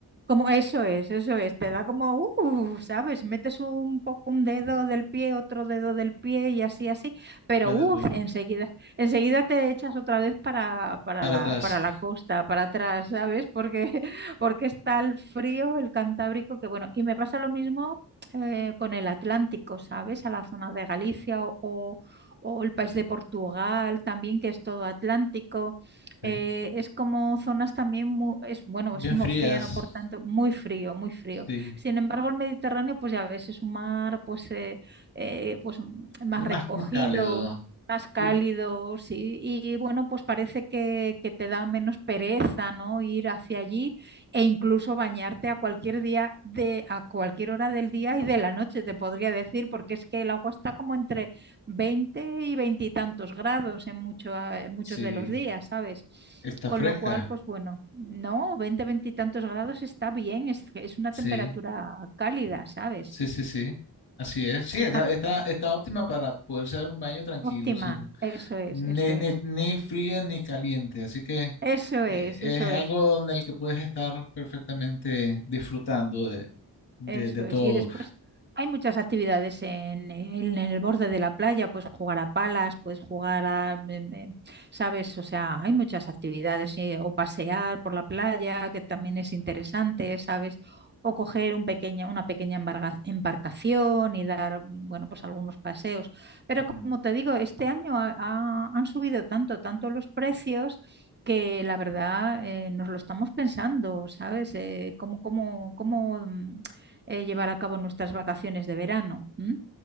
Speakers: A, on the right; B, on the left.
A: como eso es, eso es, te da como, uh, ¿sabes? Metes un poco un dedo del pie, otro dedo del pie y así, así, pero
B: va
A: uh,
B: de po-
A: enseguida, enseguida te echas otra vez para, para
B: para
A: la,
B: atrás,
A: para la costa, para atrás, ¿sabes? Porque, <laughs> porque está el frío, el Cantábrico, que bueno, y me pasa lo mismo eh, con el Atlántico, ¿sabes? A la zona de Galicia o, o o el país de Portugal también, que es todo Atlántico.
B: sí.
A: Eh, es como zonas también, mu- es, bueno,
B: Bien
A: es un
B: frías,
A: océano, por tanto, muy frío, muy frío.
B: sí.
A: Sin embargo, el Mediterráneo, pues ya ves, es un mar pues, eh, eh, pues mm, más
B: Más,
A: recogido,
B: más cálido,
A: más cálido,
B: y-
A: sí. Y bueno, pues parece que, que te da menos pereza, ¿no? Ir hacia allí e incluso bañarte a cualquier día de, a cualquier hora del día y de la noche, te podría decir, porque es que el agua está como entre 20 y veinte y tantos grados en, mucho- eh, en muchos
B: sí.
A: de los días, ¿sabes?
B: Está
A: Con
B: fresca,
A: lo cual, pues bueno, no, 20, tantos grados está bien, es, es una
B: sí.
A: temperatura cálida, ¿sabes?
B: Sí, sí, sí. Así es. Sí, está,
A: Ah,
B: está, está óptima para poderse dar un baño tranquilo,
A: óptima,
B: sin
A: eso es,
B: ni,
A: eso
B: ni,
A: es,
B: ni fría ni caliente. Así que
A: eso es,
B: eh, es
A: eso es.
B: algo en el que puedes estar perfectamente disfrutando de, de,
A: Eso
B: de
A: es.
B: todo.
A: Y después hay muchas actividades en, en en el borde de la playa, puedes jugar a palas, puedes jugar a, me- me- ¿sabes? O sea, hay muchas actividades, eh, o pasear por la playa, que también es interesante, ¿sabes? O coger un pequeña, una pequeña embarga- embarcación y dar, bueno, pues algunos paseos. Pero como
B: Ujú.
A: te digo, este año ha- ha- han subido tanto, tanto los precios que la verdad eh, nos lo estamos pensando, ¿sabes? Eh, ¿cómo, cómo, cómo, mm, eh, llevar a cabo nuestras vacaciones de verano. ¿m?